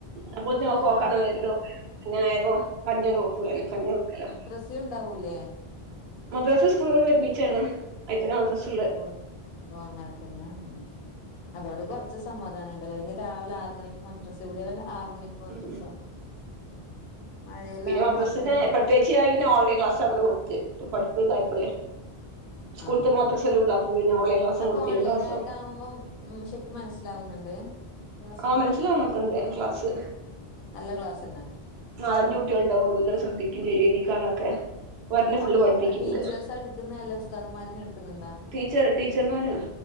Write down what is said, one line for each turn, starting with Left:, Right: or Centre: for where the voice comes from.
Right: അപ്പൊത്തിനോക്ക്
Left: ആഹ്
Right: ഓക്കാനം വെരലും പിന്നെ വേഗം കഞ്ഞിയാണ്ട് കൊടുക്കും ഞാന് കഞ്ഞികൊടുക്കലാ
Left: <unintelligible> ണ്ടാവൂലെ
Right: മദ്രസ്സും സ്കൂളോള് ഒരുമിച്ചാണ് അയ്ത്തെന്നെ മദ്രസ്സും
Left: ഓ ഓ അങ്ങനെത്തെന്നെയാ അതോണ്ട് കൊർച്ച് സമാധാനണ്ട് അല്ലെങ്കില് രാവിലെ ആറ് മണിക്ക് മദ്രസ്സ വിടലും ആറ് മണി ക്ക് മദ്രസ്സ
Right: ഉം
Left: മഴയെല്ലാവുമ്പോ
Right: പിന്നെ മദ്രസിന്
Left: മക്കളെ എണീപ്പി
Right: <unintelligible> ഓൺലൈൻ ക്ലാസങ്ങനെ കൊട്ത്ത് പഠിപ്പ് തായപ്പളെ സ്കൂള്ത്തും
Left: ആഹ്
Right: മദ്രസ്സെല്ലും
Left: ആഹ്
Right: ണ്ട് അപ്പം ഓൺലൈൻ ക്ലാസ്സോ
Left: അപ്പൊ
Right: <unintelligible> ക്ലാസ്സോ
Left: <unintelligible> ഉം ശെരിക്കും മനസ്സിലാവുന്നുണ്ട് ക്ലാസ്
Right: ആ മനസ്സിലാവ്ന്നൊക്കെണ്ട് ക്ലാസ്സ്
Left: നല്ല ക്ലാസ് തന്നെ
Right: നാലഞ്ച് കുട്ട്യാള്ണ്ടാവുള്ളൂ ലെ ശ്രദ്ധിക്കും ചെയ്യും എഴുതിക്കാള്ളൊക്കെ ഓരെന്നെ ഫുള്ള്
Left: അപ്പൊ
Right: പഠിപ്പിക്ക്ണ്ട്
Left: ടീച്ചേഴ്സാ എടുക്കുന്ന അല്ല ഉസ്താദന്മാരന്നെ എടുക്കുന്നുണ്ടാ
Right: ടീച്ചർ ടീച്ചർമ്മാരാണ്